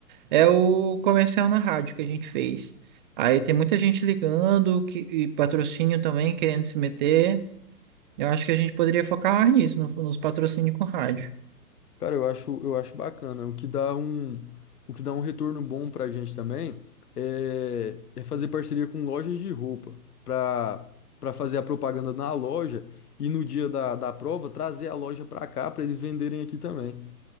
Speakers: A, on the right; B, on the left.
A: É o comercial na rádio que a gente fez. Aí tem muita gente ligando que, e patrocínio também querendo se meter. Eu acho que a gente poderia focar mais nisso, no- nos patrocínios com rádio.
B: Cara, eu acho, eu acho bacana. O que dá um, o que dá um retorno bom pra gente também é, é fazer parceria com lojas de roupa pra, pra fazer a propaganda na loja e no dia da, da prova trazer a loja pra cá pra eles venderem aqui também.